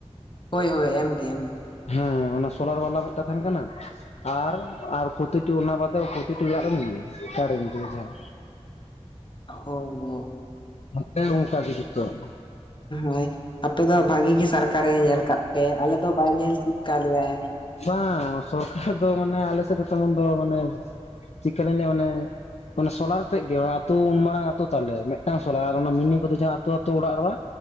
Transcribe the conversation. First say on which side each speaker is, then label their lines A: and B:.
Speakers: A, on the left; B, on the left.
A: ᱦᱳᱭ ᱦᱳᱭ ᱮᱢᱜᱮ ᱮᱢ
B: ᱦᱮᱸ ᱚᱱᱟ ᱥᱳᱞᱟᱨ ᱵᱟᱞᱟ ᱢᱮᱫᱴᱟᱝ ᱛᱟᱦᱮᱱ ᱠᱟᱱᱟ ᱟᱨ, ᱟᱨ ᱯᱨᱚᱛᱤᱴᱤ ᱚᱱᱟ ᱵᱟᱫᱮ ᱯᱨᱟᱛᱤᱴᱤ ᱚᱲᱟᱜ ᱨᱮ ᱢᱤᱱᱤ ᱠᱟᱨᱮᱱᱴ ᱫᱤᱭᱮ ᱡᱟᱦᱟᱸ᱾
A: ᱦᱚᱸ ᱟᱱᱟᱦᱚᱸ ᱾
B: ᱦᱟᱱᱛᱮ ᱦᱚᱸ ᱚᱱᱠᱟ ᱜᱮ ᱡᱚᱛᱚ ᱾
A: ᱦᱳᱭ ᱟᱯᱮ ᱫᱚ ᱵᱷᱟᱜᱤ ᱜᱮ ᱥᱚᱨᱠᱟᱨᱮ ᱧᱮᱞ ᱟᱠᱟᱜ ᱯᱮᱭᱟᱭ ᱟᱞᱮ ᱫᱚ ᱵᱟᱭ ᱧᱮᱞ ᱟᱠᱟᱫ ᱞᱮᱭᱟᱭ ᱾
B: ᱵᱟᱝ ᱥᱚᱨᱠᱟᱨ ᱫᱚ ᱢᱟᱱᱮ ᱟᱞᱮ ᱥᱮᱫ ᱫᱚ ᱛᱮᱢᱚᱱ ᱫᱚ ᱢᱟᱱᱮ ᱪᱤᱠᱟᱹ ᱞᱮᱱᱮ ᱢᱟᱱᱮ ᱾ ᱢᱟᱱᱮ ᱥᱳᱞᱟᱨ ᱛᱮᱫ ᱜᱮ ᱟᱛᱳ ᱩᱱ ᱢᱟᱨᱟᱝ ᱟᱛᱳ ᱛᱟᱞᱮ ᱢᱮᱫᱴᱟᱝ ᱥᱳᱞᱟᱨ ᱟᱨ ᱚᱱᱟ ᱢᱤᱱᱤ ᱠᱚᱫᱚ ᱡᱟᱦᱟᱸ ᱟᱛᱳ ᱟᱛᱳ ᱚᱲᱟᱜ ᱨᱮ